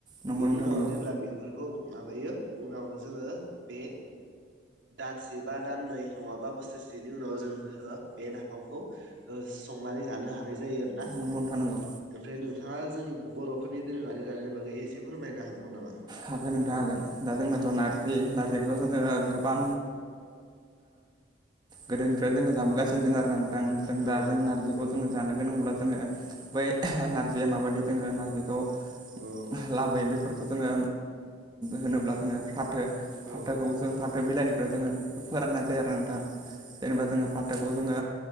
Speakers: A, on the right (about 25°); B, on the right (about 85°).
A: नंगौ
B: बेनि
A: नोंथां
B: उनाव
A: नंगौ
B: जेब्ला बेफोरखौ। माबायो उनाव जोंङो बे दानसे बा दाननै नंङाबा बोसोरसे सेनि उनाव जों बे नाफामखौ संनानै जानो हानाय जायो आरो। ना
A: नंगौ नोंथां नंगौ
B: ओमफ्राय नोंथांङा जोंनि बर'फोरनि दोरोंङारि जानायनि बागै एसे फोरमायनो हाबावगोन नामा?
A: हागोन नोंथां हागोन दा जोंनाथ' नार्जि न बे जोंङो गोबां गोदोनिफ्राय जोंङो जाबोगासिनो दं आरो नोंथां जों दाों
B: औ
A: नारजिखौ जों। जानो गोनांब्ला जोंङो बै नारजिया माबायदि जोंङो नारजिखौ। लाबोयो
B: औ
A: बेफोरखौ जोंङो होनोब्ला जोंङो। फाथो फाथोखौ
B: औ
A: जों फाथो बिलाइनिफ्रायाव जोंङो फोराननाय जायो आरो नोंथां। जेनेबा जोंङो फाथोखौ जोङो